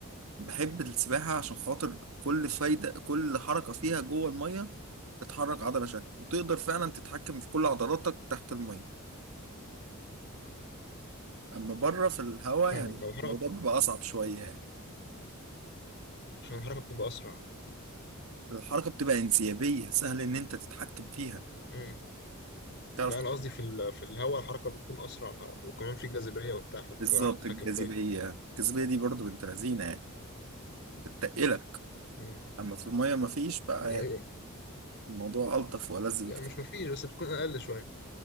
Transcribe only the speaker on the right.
بحب السباحة عشان خاطر كل فايدة كل حركة فيها جوه المية بتحرك عضلة شكل وتقدر فعلا تتحكم في كل عضلاتك تحت المية اما بره في الهواء
يعني
الموضوع
بيبقى اصعب شوية يعني
الحركة بتبقى انسيابية سهل ان انت تتحكم فيها
تعرف
بالظبط
الجاذبية
الجاذبية دي برضو بنت لذينة يعني بتتقلك
أما في المية مفيش بقى
يعني الموضوع ألطف وألذ
بكتير